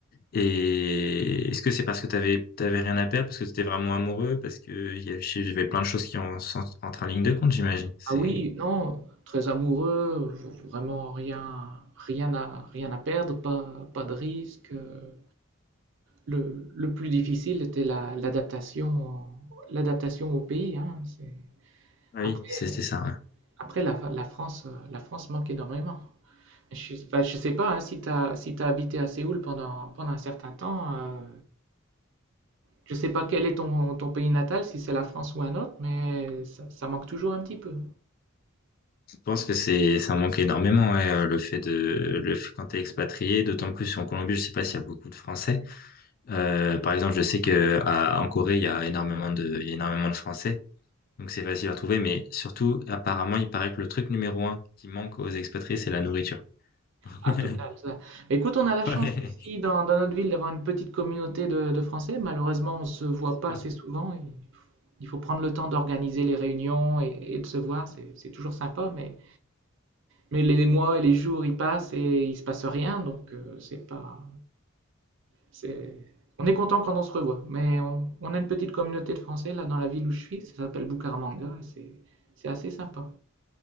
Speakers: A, on the left; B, on the right.
A: et est-ce que c'est parce que t'avais, t'avais rien à perdre, parce que t'étais vraiment amoureux, parce que il y avait plein de choses qui en, sont- entrent en ligne de compte, j'imagine. C'est,
B: Ah oui, non, très amoureux, v- vraiment rien, rien à, rien à perdre, pas, pas de risque. euh, Le, le plus difficile était la- l'adaptation, l'adaptation au pays, hein. C'est-
A: ah
B: Après,
A: oui, c'est- c'était ça. ouais.
B: après la, la France, euh, la France manque énormément. Je, ne sais pas- je sais pas, hein, si tu as, si t'as habité à Séoul pendant, pendant un certain temps, euh, je ne sais pas quel est ton, ton pays natal, si c'est la France ou un autre, mais ça, ça manque toujours un petit peu.
A: Je pense que c'est ça manque énormément ouais, euh, le fait de le fait quand t'es expatrié, d'autant plus en Colombie, je sais pas s'il y a beaucoup de Français, Euh, par exemple, je sais que à- en Corée, il y a énormément de, il y a énormément de Français, donc c'est facile à trouver. Mais surtout, apparemment, il paraît que le truc numéro un qui manque aux expatriés, c'est la nourriture. <laughs>
B: Ah, total, ça. Écoute, on a la chance
A: Ouais.
B: ici dans, dans notre ville d'avoir une petite communauté de, de Français. Malheureusement, on ne se voit pas
A: Super.
B: assez souvent. et il faut prendre le temps d'organiser les réunions et, et de se voir. C'est c'est toujours sympa, mais, mais les mois et les jours, ils passent et il ne se passe rien. Donc, euh, c'est pas. c'est- On est content quand on se revoit. Mais on, on a une petite communauté de Français là dans la ville où je suis. Ça s'appelle Bucaramanga et c'est c'est assez sympa.